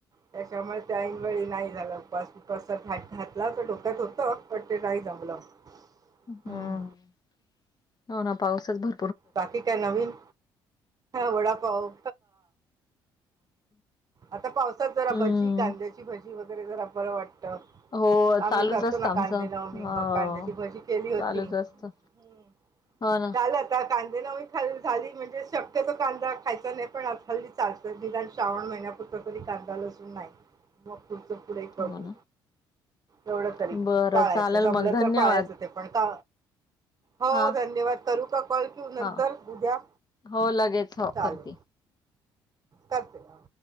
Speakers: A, on the right (about 35°); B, on the left (about 35°).
A: त्यांच्यामुळे ते ऐन वळी नाही झाला उपावास उपसा ट <unintelligible> घातला अस डोक्यात होत. पण ते नाही जमलं.
B: हम्म
A: हं.
B: हो ना पाऊसच भर
A: बाकी काय नवीन, वडापाव आता पावसात जरा
B: हम्म
A: भजी कांद्याची भजी वगैरे जरा बरं वाटतं.
B: हो
A: आम्ही
B: चालूच
A: करतो
B: असत
A: ना
B: आमचं
A: कांदे नवमी
B: अ
A: मग कांद्याची भजी केली होती.
B: चालूच
A: हं.
B: असतं. हो ना
A: झालं आता कांदे नवी खाली झाली म्हणजे शक्यतो कांदा खायचा नाही पण आता हल्ली चाल तर निदान श्रावण महिन्यापुरतं तरी कांदालं असून नाही मग, पुढचं पुढे बघू,
B: हो ना
A: एवढं तरी
B: बरं
A: पाळायचं
B: चालेल
A: जमलं
B: मग धन्यवाद
A: तर पाळायचं ते- पण का हो
B: हा
A: धन्यवाद करु का कॉल करू नंतर
B: हा
A: उद्या
B: हो लगेच हो
A: चालेल
B: करते
A: करते.